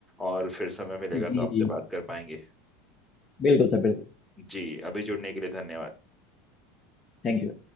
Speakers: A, in the centre; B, on the left (about 30°).
A: और फिर समय मिलेगा
B: जी
A: तो आपसे
B: जी
A: बात कर पाएंगे
B: बिल्कुल सर बिल्कुल
A: जी अभी जुड़ने के लिए धन्यवाद
B: Thank you